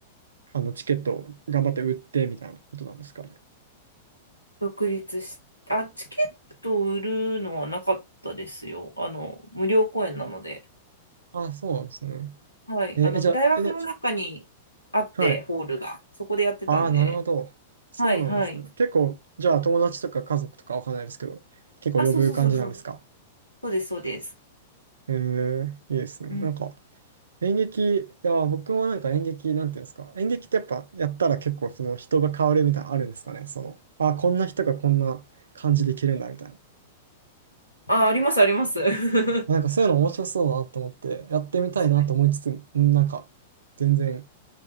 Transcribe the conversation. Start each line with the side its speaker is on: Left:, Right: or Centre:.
Right: あのチケットを頑張って売ってみたいなことなんですかね
Left: 独立し、あ、チケットを売るのはなかったですよ。あの、無料公演なので。
Right: あ、そうなんですね。
Left: はい。
Right: えー、
Left: あの、
Right: えじゃあ、
Left: 大学の中にあって、
Right: え、で、はい。
Left: ホールが。そこでやってたんで。
Right: ああ、なるほど。そうなんですね。
Left: はい、はい。
Right: 結構、じゃあ友達とか家族とかわかんないですけど、結構呼ぶ感じなんですか
Left: あ、そうそうそうそう。そうです、そうです。
Right: えー、いいですね。
Left: うん。
Right: なんか、演劇、いや、僕もなんか演劇、なんていうんですか、演劇ってやっぱやったら結構その人が変わるみたいなのあるんですかね。その、あ、こんな人がこんな感じできるんだみたいな。
Left: あ、あります、あります。<laughs> 確
Right: なんかそういうの面白そうだなと思って、やってみたいなと思いつつ、
Left: かに。
Right: うんなんか、全然、